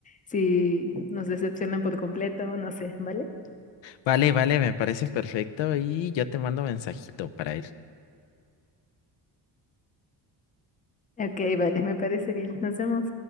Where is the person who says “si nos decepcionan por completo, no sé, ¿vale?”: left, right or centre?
Left